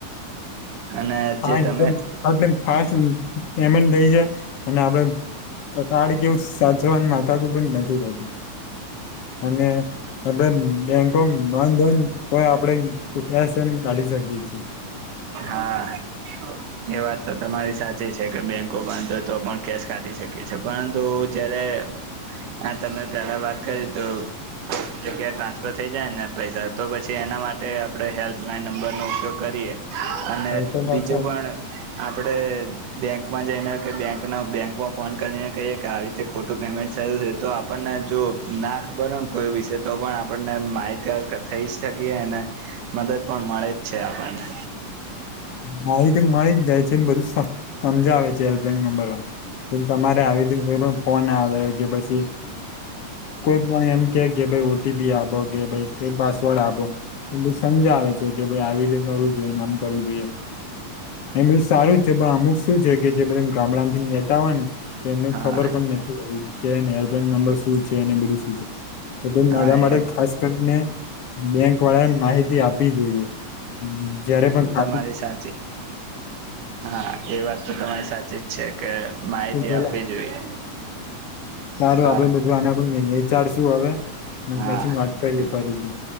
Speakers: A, on the right; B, on the left.
A: અને
B: <inaudible> પેમેન્ટ
A: જે તમે
B: થઈ જાય અને આપડે કાર્ડ કે એવું સાચવવાની માથાકૂટ નથી રહેતી અને આપડે બેંકો બંધ હોય ને તોય આપડે કેશ લઈને કાઢી શકીએ છીએ
A: હા એ વાત તો તમારી સાચી છે કે બેંકો બંધ હોય તો પણ કેશ કાઢી શકીએ છે પરંતુ હ જયારે હા તમે પેલા વાત કરી તો જગ્યા ટ્રાન્સફર થઈ જાય ને પૈસા તો પછી એના માટે માટે આપણે હેલ્પલાઇન નંબરનો ઉપયોગ કરીએ અને
B: હા એ તો વાત
A: બીજું
B: સાચી
A: પણ આપ આપે બેંકમાં જઈને કે બેંક બેંક ફોન કરીને કહીએ કે આવી રીતે ખોટું પેમેન્ટ થયું છે તો આપણને જો ના ખબર હોયને કોઈ વિષ તો પણ આપણને માહિતગર થઈ જ શકીએ ને મદદ પણ મળે જ છે આપણને
B: માહતી તો મળી જ જાય છે એમ બધું સમજાવે છે હેલ્પલાઈન નંબર તમારે આવી ફોન આવે કે પછી કોઈ પણ એમ કે કે ભાઈ ઓટીપી આપો કે ભાઈ પાસવર્ડ આપો એ બધું સમજાવે છે કે ભાઈ આવી રીતે કરું આમ કરવું જોઈએ એ બધું સારું જ છે પણ અમુક શું છે કે જે ગામડા થી નેતા હોય ને તો એમને
A: હા
B: ખબર પણ નથી હો કે એરલાઈન નંબર શું છે અને બધું શું છે તો મારા
A: હા
B: માટે
A: એ
B: ખાસ કરીને બેંક વાળાને માહિતી આપવી જોઈએ જયારે પણ ખા
A: રી સાચી હા એ વાત તો તમારી સાચી જ છે કે માહિતી
B: ચલા
A: આપવી જોઈએ
B: સારું
A: હા
B: આપડે બધું આનાું વિચારશું હવે
A: હા
B: પછી વાત કરી ફરીથી